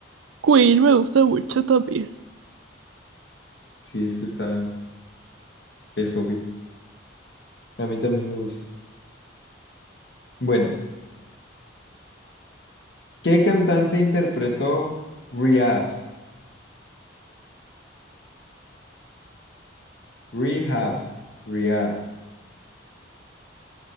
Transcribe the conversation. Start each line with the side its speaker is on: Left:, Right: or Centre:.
Right: Queen me gusta mucho también.
Left: Sí, es que está, es obvio. A mí también me gusta. Bueno, ¿qué cantante interpretó Rehab? Rehab, Rehab.